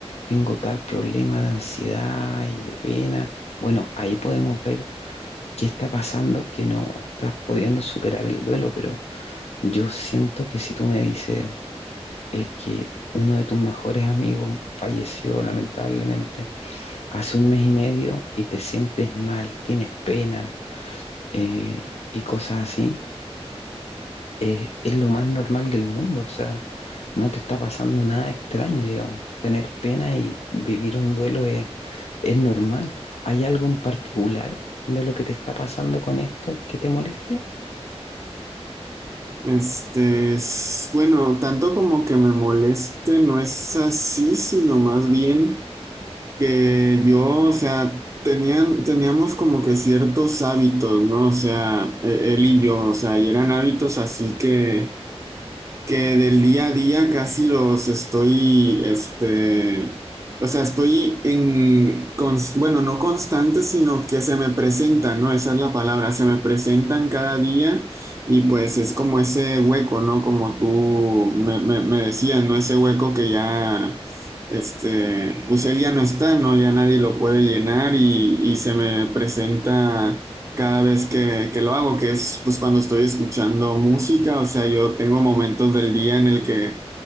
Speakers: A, on the left; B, on the right.
A: tengo tal problema de ansiedad y de pena. Bueno, ahí podemos ver ¿Qué está pasando que no estás pudiendo superar el duelo? Pero yo siento que si tú me dices es que uno de tus mejores amigos falleció lamentablemente hace un mes y medio y te sientes mal, tienes pena eh, y cosas así, es, es lo más normal del mundo. O sea, no te está pasando nada extraño, digamos. Tener pena y vivir un duelo es, es normal. ¿Hay algo en particular de lo que te está pasando con esto que te moleste?
B: Este, es- bueno, tanto como que me moleste, no es así, sino más bien... que yo, o sea, tenían, teníamos como que ciertos hábitos, ¿no? O sea, e- él y yo, o sea, y eran hábitos así que que del día a día casi los estoy, este, o sea, estoy en, cons- bueno, no constante, sino que se me presentan, ¿no? Esa es la palabra, se me presentan cada día y pues es como ese hueco, ¿no? Como tú me, me, me decías, ¿no? Ese hueco que ya, este, pues él ya no está, ¿no? Ya nadie lo puede llenar y, y se me presenta cada vez que, que lo hago, que es pues cuando estoy escuchando música, o sea, yo tengo momentos del día en el que,